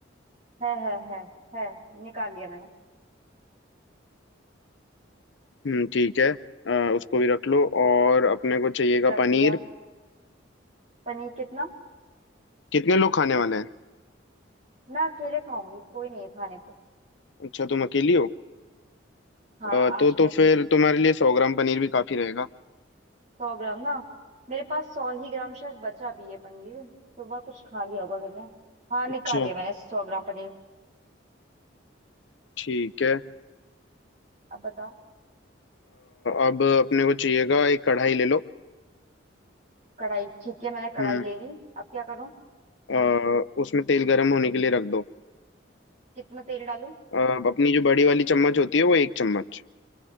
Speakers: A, on the right (about 35°); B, on the left (about 70°).
A: है है है है निकाल लिया मैंने
B: हम्म ठीक है अ, उसको भी रख लो और अपने को चाहिएगा
A: रख
B: पनीर
A: लिया पनीर कितना
B: कितने लोग खाने वाले हैं
A: मैं अकेले खाऊंगी कोई नहीं है खाने को
B: अच्छा तुम अकेली हो
A: हाँ
B: अ, तो
A: आज
B: तो
A: मैं अकेले
B: फिर तुम्हारे लिए सौ ग्राम पनीर भी काफी रहेगा
A: सौ ग्राम ना मेरे पास सौ ही ग्राम शायद बचा भी है पनीर सुबह कुछ खा लिया होगा मैंने हाँ निकाल
B: अच्छा
A: लिया मैंने सौ ग्राम पनीर
B: ठीक है अ,
A: अब बताओ
B: अब अपने को चाहिएगा एक कढ़ाई ले लो
A: कढ़ाई ठीक है मैंने कढ़ाई
B: हम्म
A: ले ली अब क्या करूँ
B: अ, उसमें तेल गर्म होने के लिए रख दो
A: कितना तेल डालूं
B: अ, अपनी जो बड़ी वाली चम्मच होती है वो एक चम्मच